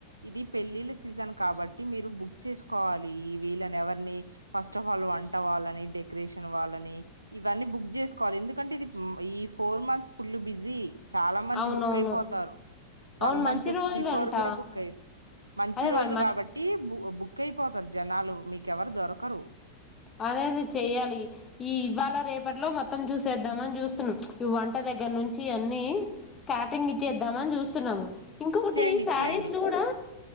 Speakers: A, on the right; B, on the left.
A: ఇది పెళ్ళిళ్ళ సీజన్ కాబ టి మీరు బుక్ చేసుకోవాలి వీళ్లని ఎవర్ని ఫస్ట్ అ ఫల్ వంట వాళ్ళని డెకరేషన్ వాళ్లని ఇవన్నీ బుక్ జేసుకోవాలి ఎందుకంటే ఇది ఈ ఫోర్ మంత్స్ ఫుల్ బిజి చాల
B: అవునవును
A: బుక్ అయిపోతారు వన్
B: అవును
A: మంత్
B: మంచి రోజులంట
A: బిఫోర్ కూడా బుక్ అయి మంచి
B: అదే
A: రోజు
B: వా
A: కాబట్టి బు ఒ బుక్ అయిపోతారు జనాలు మీకెవరు దొరకరు
B: అదేది చెయాలి ఈ ఇవాళ రేపట్లో మొత్తం చూసేద్దామని చూస్తున్నాం ఈ వంట దగ్గర నుంచి అన్ని క్యాటింగ్ ఇచ్చేద్దామని చూస్తున్నాము ఇంకొకటి
A: ఇచ్చేయండి ఇచ్చేయండి
B: శారీస్ లో కూడా